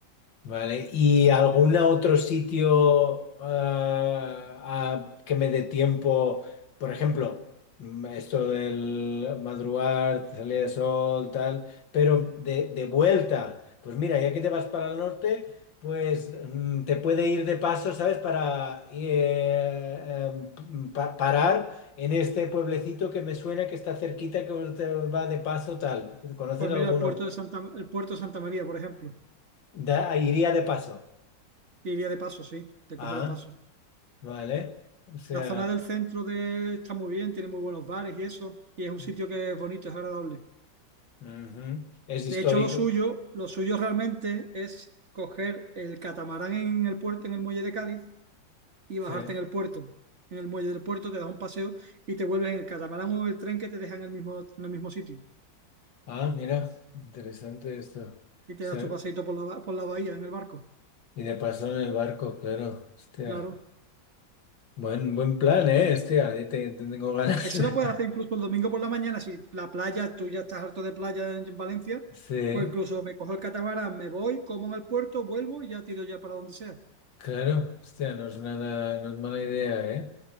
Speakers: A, on the left; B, on the right.
A: Vale, ¿y algún otro sitio ah, a- que me dé tiempo? Por ejemplo, mm, esto del madrugar, salida de sol, tal, pero de, de vuelta, pues mira, ya que te vas para el norte, pues mm, te puede ir de paso, ¿sabes? Para eh, em, pa- parar en este pueblecito que me suena que está cerquita, que te va de paso, tal. ¿Conoces
B: Pues
A: alguno?
B: mira, el puerto de Santa, el puerto de Santa María, por ejemplo.
A: Da- iría de paso.
B: Te Iría de paso, sí, te
A: Ah.
B: coge de paso.
A: Vale, o sea,
B: La zona del centro de, está muy bien, tiene muy buenos bares y eso, y es un
A: mm,
B: sitio que es bonito, es agradable.
A: ujú. Es histórico,
B: De hecho, lo suyo, lo suyo realmente es coger el catamarán en el puerto, en el muelle de Cádiz, y
A: sí.
B: bajarte en el puerto. En el muelle del puerto te das un paseo y te vuelves en el catamarán o en el tren que te deja en el mismo, en el mismo sitio.
A: Ah, mira, interesante esto.
B: Y te
A: Sí,
B: das tu paseito por la, por la bahía en el barco.
A: Y de paso en el barco, claro, hostia.
B: Claro.
A: Buen, buen plan, ¿eh? Hostia, ya te, te tengo ganas.
B: Eso
A: <laughs>
B: lo puedes hacer incluso el domingo por la mañana. Si la playa, tú ya estás harto de playa en, en Valencia,
A: Sí,
B: pues incluso me cojo el catamarán, me voy, como en el puerto, vuelvo y ya tiro ya para donde sea.
A: claro, hostia, no es nada, no es mala idea, ¿eh?